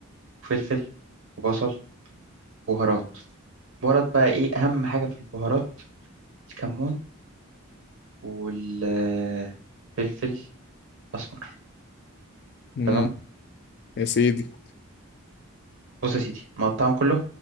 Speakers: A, on the right; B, on the left.
A: وفلفل وبصل بهارات بهارات بقى ايه اهم حاجه في البهارات الكمون والفلفل اسمر
B: مم.
A: تمام
B: يا سيدي
A: بص يا سيدي مقطعهم كله